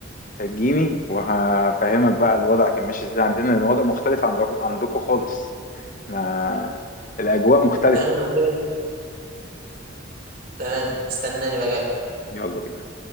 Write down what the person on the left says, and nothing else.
انت تجيني وهفهمك بقى الوضع كان ماشي ازاي عندنا لان الوضع مختلف عن عندكم خالص احنا الاجواء مختلفة
يلا بينا